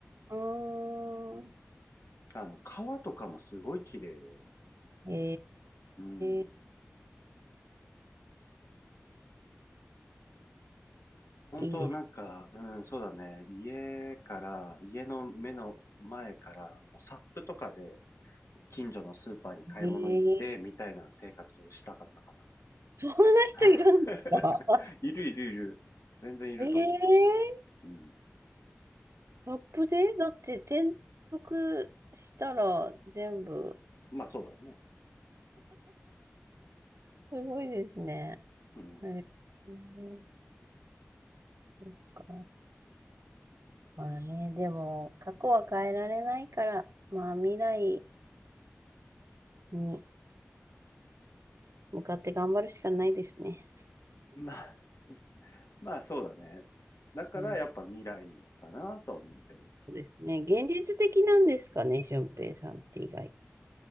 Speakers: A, on the right (about 75°); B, on the left (about 90°).
A: うーん。
B: あの、川とかもすごい綺麗で。
A: え
B: うん。
A: え、
B: 本当なんか、
A: いいです
B: うん、そうだね。家から、家の目の前から、もうサップとかで近所のスーパーに買い物行ってみたいな生活したかったかな。
A: ね。そんな人いるんですか
B: <laughs> いるいるいる。全然いると思
A: え <laughs> え
B: う。うん。
A: ー、アップでだって転覆したら全部、
B: まあそうだね。
A: すごいですね。
B: うん。
A: えー、ねそっか。まあね、でも、過去は変えられないから、まあ未来に向かって頑張るしかないですね。
B: まあ、まあそうだね。だからやっぱ未来かなとは思うけど。
A: うんそうですね。現実的なんですかね、俊平さんって意外。